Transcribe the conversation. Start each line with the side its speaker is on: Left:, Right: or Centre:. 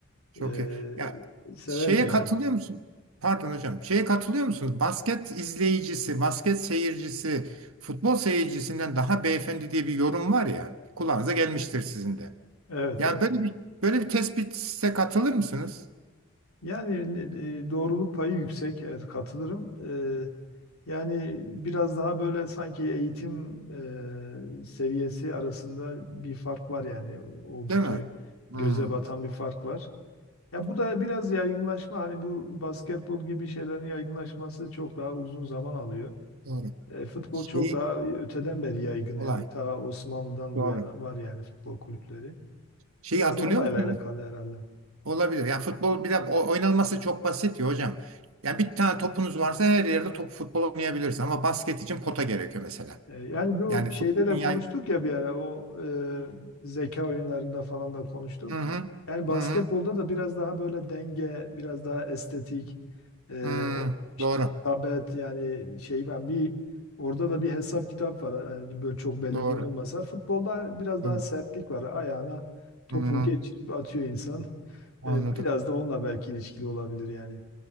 Right: Çok
Left: ee,
Right: iyi. Ya
Left: severim
Right: şeye
Left: yani
Right: katılıyor musun? Pardon hocam. Şeye katılıyor musunuz? Basket izleyicisi, basket seyircisi, futbol seyircisinden daha beyefendi diye bir yorum var ya. Kulağınıza gelmiştir sizin de.
Left: evet,
Right: Yani
Left: evet.
Right: böyle bir böyle bir tespite katılır mısınız?
Left: yani e, doğruluk payı yüksek evet katılırım Ee, yani biraz daha böyle sanki eğitim e, seviyesi arasında bir fark var yani oldukça
Right: Değil mi? Hmm,
Left: göze batan bir fark var Ya bu da biraz yaygınlaşma hani bu basketbol gibi şeylerin yaygınlaşması çok daha uzun zaman alıyor.
Right: doğru.
Left: E, futbol
Right: Şey
Left: çok daha öteden beri yaygın
Right: olay.
Left: yani ta Osmanlı'dan
Right: Doğru.
Left: bu yana var yani futbol kulüpleri.
Right: Şeyi
Left: Biraz
Right: hatırlıyor
Left: da onunla alakalı
Right: musunuz?
Left: herhalde.
Right: Olabilir. Yani futbol bir de o- oynanması çok basit ya hocam. Yani bir tane topunuz varsa her yerde top futbol oynayabilirsiniz ama basket için pota gerekiyor mesela.
Left: E, Yani bu
Right: Yani futbolun
Left: şeyde de konuştuk
Right: yay...
Left: ya bir ara o e, zeka oyunlarında falan da konuştuk.
Right: Hı hı.
Left: Yani basketbolda
Right: Hı hı.
Left: da biraz daha böyle denge, biraz daha estetik, e,
Right: hı.
Left: o işte
Right: Doğru.
Left: hitabet yani şey var bir orada da bir hesap kitap var. Yani böyle çok belirgin
Right: Doğru.
Left: olmasa futbolda biraz daha
Right: Doğru.
Left: sertlik var. Ayağına topu
Right: Hı hı.
Left: geçirip atıyor insan.
Right: Anladım.
Left: E, biraz da onunla belki ilişkili olabilir yani.